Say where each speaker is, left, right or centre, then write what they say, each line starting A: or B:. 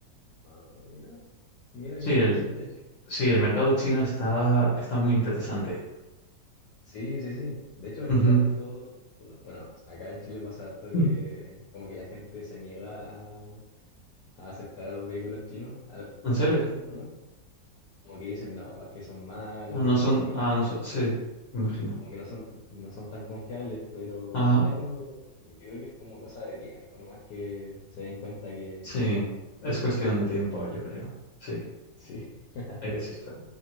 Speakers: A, on the left (about 70°); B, on the left (about 50°).
A: Ah, mira. Mira,
B: Sí,
A: qué interesante.
B: el, sí, el mercado chino está, está muy interesante.
A: Sí, sí, sí. De hecho,
B: Ujú.
A: mira, justo, bueno, acá en Chile pasa harto que
B: Mm.
A: como que la gente se niega a, a aceptar a los vehículos chinos, a los vehículos
B: ¿En serio?
A: chinos, perdón. Como que dicen, no, es que son malos
B: Ah, no son,
A: o que
B: ah,
A: van a fallar.
B: no son, sí, imagino.
A: Como que no son, no son tan confiables, pero
B: Ajá,
A: claro, yo creo que es como cosa de tiempo, nomás que se den cuenta que
B: sí, es cuestión de tiempo, yo creo. Sí,
A: sí. <laughs>
B: de que existen.